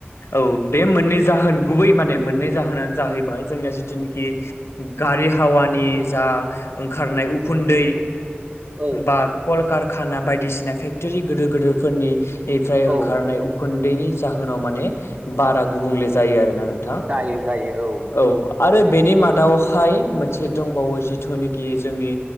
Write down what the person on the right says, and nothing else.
औ
औ
जायो जायो औ